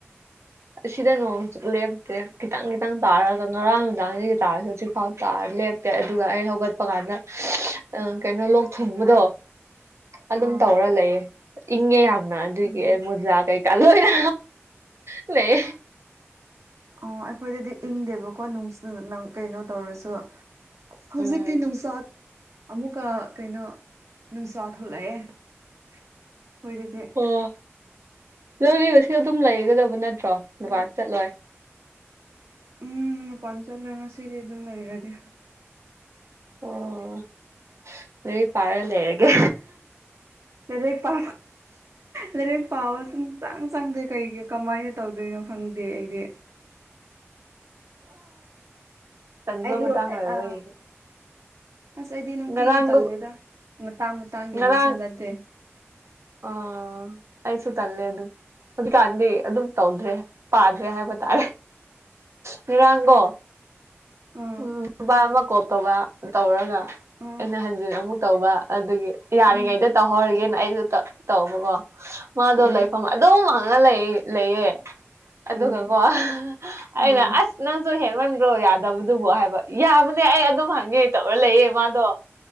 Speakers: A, on the right; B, on the right.
A: ꯑꯁꯤꯗ ꯅꯣꯡꯁꯨꯛ ꯂꯦꯞꯇꯦ ꯈꯤꯇꯪ ꯈꯤꯇꯪ ꯇꯥꯔꯒ ꯉꯔꯥꯡ ꯅꯨꯡꯗꯥꯡꯗꯒꯤ ꯇꯥꯔꯁꯨꯦ ꯍꯧꯖꯤꯛ ꯐꯥꯎ ꯇꯥꯔ ꯂꯦꯞꯇ ꯄꯦꯑꯗꯨꯒ ꯑꯩ ꯍꯧꯒꯠꯄ ꯀꯥꯟꯗ ꯑꯪ ꯀꯩꯅꯣ ꯂꯣꯛ ꯊꯨꯡꯕꯗꯣ ꯑꯗꯨꯝ
B: ꯑꯥ
A: ꯇꯧꯔ ꯂꯩꯌꯦ ꯏꯪꯉꯦ ꯌꯥꯝꯅ ꯑꯗꯨꯒꯤ
B: ꯎꯝ
A: ꯑꯩ ꯃꯣꯖꯥ ꯀꯩꯀꯥ ꯂꯣꯏꯅ ꯂꯩ
B: ꯑꯣ ꯑꯩꯈꯣꯏꯗꯗꯤ ꯏꯪꯗꯦꯕꯀꯣ ꯅꯪ ꯀꯩꯅꯣ ꯇꯧꯔꯁꯨ ꯍꯧꯖꯤꯛꯇꯤ
A: ꯎꯝ
B: ꯅꯨꯡꯁꯥꯠ ꯑꯃꯨꯛꯀ ꯀꯩꯅꯣ ꯅꯨꯡꯁꯥ ꯊꯣꯛꯂꯛꯑꯦ ꯍꯈꯣꯏ ꯑꯗꯨꯗꯤ
A: ꯑꯣ ꯅꯣꯏꯗꯤꯑꯁꯤ ꯑꯗꯨꯝ ꯂꯩꯒꯗꯕ ꯅꯠꯇ꯭ꯔꯣ
B: ꯑꯗꯨ
A: ꯕꯥ ꯆꯠꯂꯣꯏ
B: ꯎꯝ ꯄꯟ ꯆꯜꯂ ꯉꯁꯤꯗꯤ ꯑꯗꯨꯝ ꯂꯩꯔꯒꯦ
A: ꯑꯣ ꯂꯥꯏꯔꯤꯛ ꯄꯔꯒꯥ ꯂꯩꯔꯒꯦ
B: ꯂꯥꯔꯤꯛꯄꯥ ꯂꯥꯏꯔꯛ ꯄꯥꯕ ꯁꯨꯝ ꯆꯪ ꯆꯪꯗꯦ ꯀꯩꯒꯤ ꯀꯃꯥꯏꯅ ꯇꯧꯗꯣꯏꯅꯣ ꯈꯪꯗꯦ ꯑꯩꯗꯤ
A: ꯇꯟꯕ
B: ꯑꯩꯗꯤ
A: ꯃꯇꯥꯡ ꯑꯣꯏꯕꯒꯤ
B: ꯑ ꯑꯁ ꯑꯩꯗꯤ ꯅꯨꯡꯇꯤꯒꯤ
A: ꯉꯔꯥꯡꯗꯣ
B: ꯇꯜꯂꯦꯗ ꯃꯇꯥꯡ ꯃꯇꯥꯡꯒꯤꯅꯁꯨ
A: ꯉꯔꯥꯡ
B: ꯅꯠꯇꯦ
A: ꯑ ꯑꯩꯁꯨ ꯇꯂꯦ ꯑꯗꯨꯝ ꯑꯗꯨꯀꯥꯟꯗꯗꯤ ꯑꯗꯨꯝ ꯇꯧꯗ꯭ꯔꯦ ꯄꯥꯗ꯭ꯔꯦ ꯍꯥꯏꯕ ꯇꯥꯔꯦ ꯉꯔꯥꯡꯗꯣ
B: ꯑꯥ
A: ꯎꯝ ꯅꯨꯄꯥ ꯑꯃ ꯀꯣꯛꯠꯇꯕ ꯇꯧꯔꯒ
B: ꯑꯥ
A: ꯑꯩꯅ ꯍꯟꯖꯤꯟ ꯑꯃꯨꯛ ꯇꯧꯕ ꯑꯗꯨꯒꯤ ꯌꯥꯔꯤꯉꯩꯗ
B: ꯎꯝ
A: ꯇꯧꯍꯧꯔꯒꯦꯅ ꯑꯩꯗꯣ ꯇꯧꯕꯀꯣ ꯃꯥꯗꯣ
B: ꯎꯝ
A: ꯂꯩꯐꯝ ꯑꯗꯨꯝ ꯍꯪꯉ ꯂꯩ ꯂꯩꯌꯦ ꯑꯗꯨꯒꯀꯣ
B: ꯎꯝ
A: ꯑꯩꯅ
B: ꯑꯥ
A: ꯑꯁ ꯅꯪꯁꯨ ꯍꯦꯟꯃꯟ ꯗꯣ ꯌꯥꯗꯕꯗꯨꯕꯨ ꯍꯥꯏꯕ ꯌꯥꯕꯅꯦ ꯑꯩ ꯑꯗꯨꯝ ꯍꯪꯉꯦ ꯇꯧꯔ ꯂꯩꯌꯦ ꯃꯥꯗꯣ